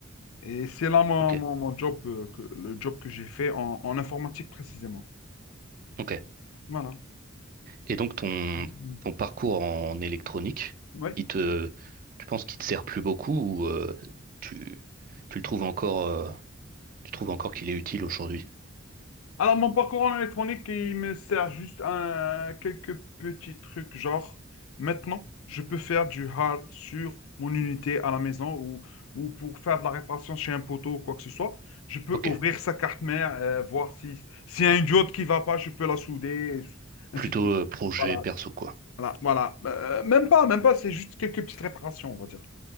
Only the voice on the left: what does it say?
Et c'est là mon,
mon- mon job, euh, que, le job que j'ai fait en, en informatique précisément.
Voilà.
Mhm.
Oui,
Alors, mon parcours en électronique, il me sert juste à quelques petits trucs, genre, maintenant, je peux faire du hard sur mon unité à la maison ou, ou pour faire de la réparation chez un poteau ou quoi que ce soit. Je peux
ouvrir sa carte mère, euh, voir si, s'il y a une diode qui va pas, je peux la souder, ainsi
de suite.
Voilà,
voilà, voilà. Euh, même pas, même pas, c'est juste quelques petites réparations, on va dire.